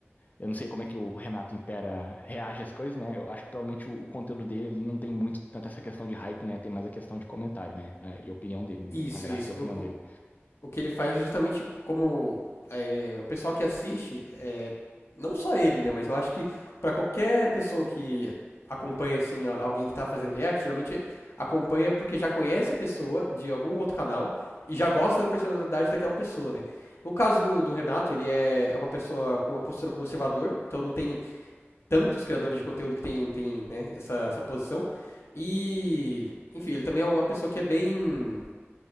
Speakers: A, on the left; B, on the left.
A: Eu não sei como é que o Renato Impera reage às coisas, né? Eu acho que provavelmente o, o conteúdo dele ali não tem muito tanto essa questão de hype, né? Tem mais a questão de comentário, né? É, E opinião dele, né?
B: Isso,
A: A graça
B: isso.
A: é a
B: O,
A: opinião dele.
B: o, o que ele faz é justamente como É, o pessoal que assiste, não só ele, né? Mas eu acho que pra qualquer pessoa que acompanha, assim, a- alguém que tá fazendo react, geralmente acompanha porque já conhece a pessoa de algum outro canal e já gosta da personalidade daquela pessoa, né? O caso do, do Renato, ele é, é uma pessoa com uma postura conservador, então não tem tantos criadores de conteúdo que tem, tem né, essa, essa posição. E, enfim, ele também é uma pessoa que é bem